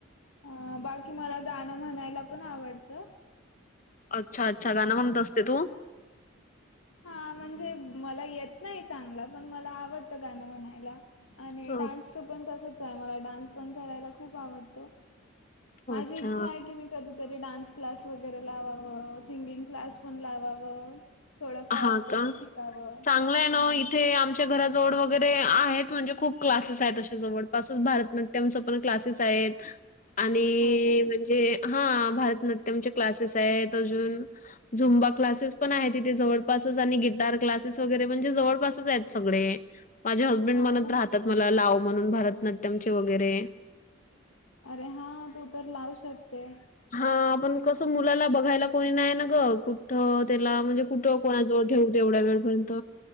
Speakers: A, on the left; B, on the left.
A: ह बाकी मला गाणं म्हणायला पण आवडतं.
B: अच्छा अच्छा गाण म्हणत असते तू.
A: हा म्हणजे मला येत नाही चांगला पण मला आवडतं गाणं म्हणायला. आणि
B: अ
A: डान्सचं पण तसच आहे मला डान्स पण करायला खूप आवडतो. माझी
B: अच्छा.
A: इच्छा आहे की मी कधीतरी डान्स क्लास वगैरे लावावं सिंगिंग क्लास पण लावावं. थोडंफार
B: हां
A: तरी
B: का?
A: शिकावं
B: चांगलं आहे ना.
A: हम.
B: इथे आमच्या घराजवळ वगैरे आहेत म्हणजे खूप क्लासेस आहेत अशे जवळपसच भरतनाट्यम च पण क्लासेस आहेत. आणि इ
A: हा का?
B: इ म्हणजे हा भरतनाट्यम चे क्लासेस आहेत अजून झुंबा क्लासेस पण आहेतथ जवळपासच आणि गिटार क्लासेस वगैरे म्हणजे जवळपासच आहेत सगळे. माझे हस्बंड
A: हा
B: म्हणत
A: का?
B: राहतात मला लाव म्हणून भरतनाट्यमचे वगैरे.
A: अरे हा तू तर लावू शकते.
B: हा आपण कसं मुलाला बघायला कोणी नाही ना ग कुठ त्याला म्हणजे. कुठं कोणाजवळ ठेऊ दे तेवढ्या वेळपर्यंत.